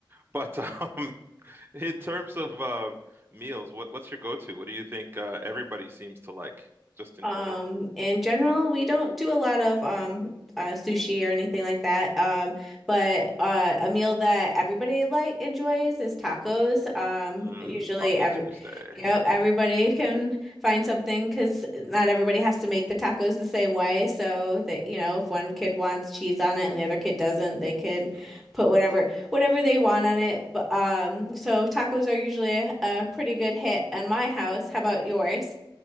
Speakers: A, on the right (about 25°); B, in the centre.
A: But um, <laughs> in terms of uh, meals, what, what's your go-to? What do you think uh, everybody seems to like, just in
B: Um,
A: general?
B: in general, we don't do a lot of um uh sushi or anything like that. Um, but uh a meal that everybody like enjoys is tacos. Um,
A: Mm,
B: usually
A: Taco
B: every
A: Tuesday.
B: you know, everybody can find something because not everybody has to make the tacos the same way. So that, you know, if one kid wants cheese on it and the other kid doesn't, they can
A: Mm.
B: put whatever whatever they want on it. But um, so tacos are usually a, a pretty good hit in my house. How about yours?